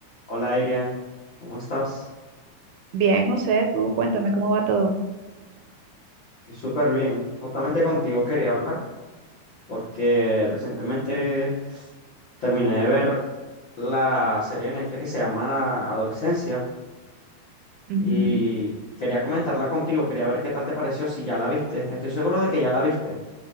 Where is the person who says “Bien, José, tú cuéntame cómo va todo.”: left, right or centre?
Right